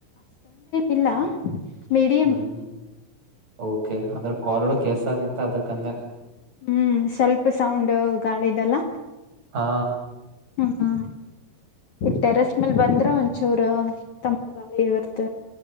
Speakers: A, on the left; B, on the right.
A: ಇಲ್ಲ ಮೀಡಿಯಂ
B: ಹ್ಮ್ ಹ್ಮ್ ಓಕೆ ಅಂದ್ರೆ ಕಲ್ಳ ಕೆಸ ಆಗತ್ತ ಅದಕ್ಕಂದೆ
A: ಹ್ಮ್ ಸ್ವಲ್ಪ ಸೌಂಡ್ ಗಾಳಿದಲ್ಲ
B: ಹಾ
A: ಹಾ ಟೆರಸ್ ಮೇಲ್ ಬಂದ್ರೆ ಒಂಚೂರು ತಮ್ಮಗಾಗ ಬರ್ತ